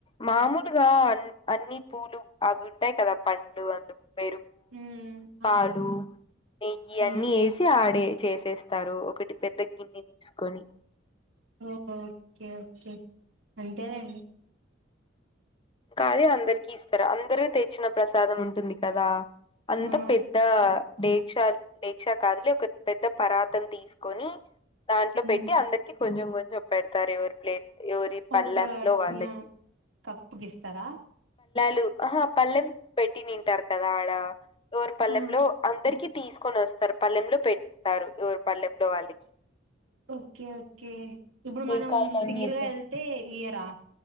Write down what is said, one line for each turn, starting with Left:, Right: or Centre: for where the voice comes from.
Left: మామూలుగా అన్ అన్ని పూలు అవి ఉంటాయి కదా పండ్లు అందు. పెరుగు,
Right: ఉమ్
Left: పాలు,
Right: అవును
Left: నెయ్యి
Right: ఉమ్
Left: అన్నీ ఎసి ఆడే. చేసేస్తారు ఒకటి పెద్దగిన్ని తీసుకొని.
Right: ఉహు ఓకే ఓకే అంతే లేండి.
Left: కానీ అందరికి ఇస్తార. అందరూ తెచ్చిన ప్రసాదం ఉంటుంది కదా. అంత
Right: ఆ
Left: పెద్ద. దీక్ష దీక్షా కాదులే ఒక పెద్ద పరాతం తీసుకొని. దాంట్లో
Right: ఉమ్
Left: పెట్టి అందరికి కొంచెం, కొంచెం పెడతారు ఎవర్ ప్లేట్. యోవరి పల్లెంలో
Right: ఒక
Left: వాళ్ళకి.
Right: చిన్న కప్పు గిస్తారా.
Left: దూ అహా పల్లెం పెట్టి నింటారు కదా ఆడ యోవరి పల్లెం
Right: ఆ
Left: లో అందరికి. తీసుకొని వస్తారు పల్లెంలో పెట్తారు ఎవరు పల్లెంలో వాళ్ళకి.
Right: ఓకే ఓకే ఇప్పుడు
Left: టెంకాయలు
Right: మనం
Left: అన్ని
Right: సింగిల్
Left: ఎత్తారు
Right: గా ఎళ్తే ఇయ్యరా.